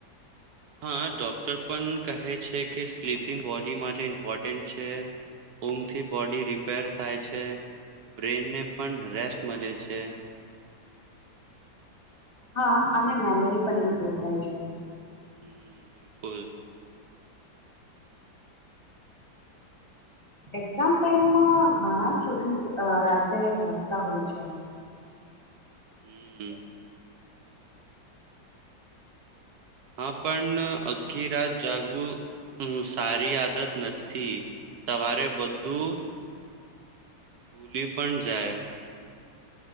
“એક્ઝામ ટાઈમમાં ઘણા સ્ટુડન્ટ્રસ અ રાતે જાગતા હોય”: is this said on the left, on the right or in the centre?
Left